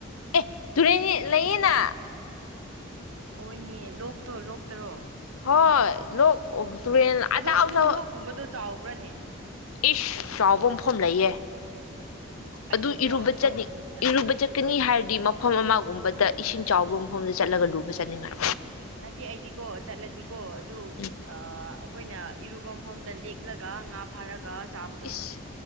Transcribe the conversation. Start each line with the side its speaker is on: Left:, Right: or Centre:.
Left: ꯑꯦ ꯇꯨꯔꯦꯟ ꯂꯩꯌꯦꯅ
Right: ꯑꯣꯏꯅꯦ ꯂꯣꯛꯇꯣ ꯂꯣꯛꯇꯔꯣ
Left: ꯍꯣꯏ ꯂ ꯇꯨꯔꯦꯟ ꯑ
Right: ꯑꯗꯣ
Left: ꯑꯖ
Right: ꯑꯗꯨ ꯂꯣꯛꯀꯨꯝꯕꯗꯣ ꯆꯥꯎꯕ꯭ꯔꯅꯦ
Left: ꯏꯁ ꯆꯥꯎꯕ ꯃꯐꯝ ꯂꯩꯌꯦ
Right: ꯑꯩꯗꯤꯀꯣ
Left: ꯑꯗꯨ ꯏꯔꯨꯕ ꯆꯠꯅꯤꯡ
Right: ꯎꯝ ꯑꯗꯨ
Left: ꯏꯔꯨꯕ
Right: ꯅꯣꯏ
Left: ꯆꯠꯀꯅꯤ
Right: ꯈꯨꯟ
Left: ꯍꯥꯏꯔꯗꯤ ꯃꯐꯝ ꯑꯃꯒꯨꯝꯕꯗ ꯏꯁꯤꯡ ꯆꯥꯎꯕ ꯃꯣꯝꯗ ꯆꯠꯂꯒ ꯂꯨꯕ ꯆꯠꯅꯤꯡꯉꯥꯏ
Right: ꯅꯠꯇꯦ ꯑꯩꯗꯤꯀꯣ ꯆꯠꯂꯗꯤ ꯀꯣ ꯑꯗꯨ
Left: ꯎꯝ
Right: ꯑꯩꯈꯣꯏꯅ ꯏꯔꯨꯕꯐꯝꯝꯗ ꯂꯤꯛꯂꯒ ꯉꯥ ꯐꯥꯔꯒ ꯆꯥꯕꯗꯣ
Left: ꯏꯁ